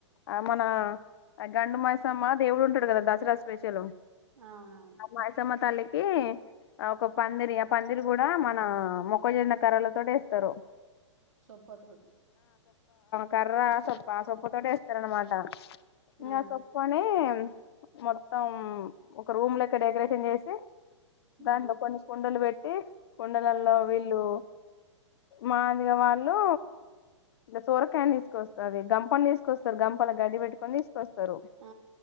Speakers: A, on the left; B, on the right.
A: ఆ మన గండు మాయసమ్మ దేవుడు ఉంటడు కదా దసరా స్పెషల్
B: అవునవును
A: అమాస మ తల్లికి ఒక పందిరి ఆ పందిరి కూడా మన మొక్కజొన్న కర్రల తో జెస్తరు
B: సొపత వడ్
A: కర్ర సోబ్బా సోబ్ తోటేస్తరనమాట ఇంకా
B: ఆ
A: సొప్పునే మొత్తం ఒక రూమ్ లక్క డెకరేషన్ చేసి
B: ఆ
A: దండ కొన్ని కుండలు పెట్ కుండలల్లో వీళ్ళు మాదిగ వాళ్ళు ఇంకా సోరకాయని తీసుకొస్తరు అది గంపని తీసుకొస్తారు గంపలా గడ్డి పెట్టుకొని స్తరు
B: ఆ